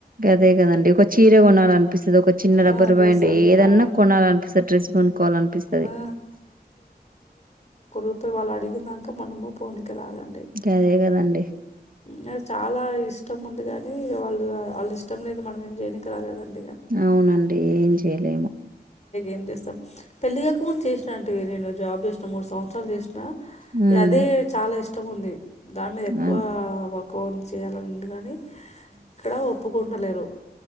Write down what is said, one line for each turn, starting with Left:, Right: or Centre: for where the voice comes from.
Right: అదే కదండి ఒక చీర కొనాలి అనిపిస్తుంది ఒక చిన్న రబ్బర్
Left: ఆ డ్రెస్
Right: బ్యాండ్
Left: అన్-
Right: ఏదన్నా
Left: ఆ
Right: కొనాలనిపిస్తాది, డ్రెస్ కొనుక్కోవాలని అనిపిస్తాది
Left: ఆ పొ వాళ్ళ అడిగిన ఇంకా మనము పోనిక రాదండి
Right: గదే గదండీ.
Left: నాకు చాలా ఇష్టం ఉంది కానీ ఇక వాళ్ళు వాళ్ళు ఇష్టం లేనిది మనం ఎమి చేయినికి రాదుకదండి
Right: అవునండి ఏం చేయలేము
Left: ఏమ్ చేస్తాం పెళ్ళిగాక చేసిన అంటిని గా నేను జాబ్ చేసు మూడు సంవత్సరాలు చేసిన
Right: హ్మ్
Left: అదే చాలా ఇష్ట ఇష్టం ఉంది దాని మీద ఎక్కువ
Right: అన్
Left: కోర్సు చేయాలని ఉంది కానీ ఇక్కడ ఓపు ఉండలేరు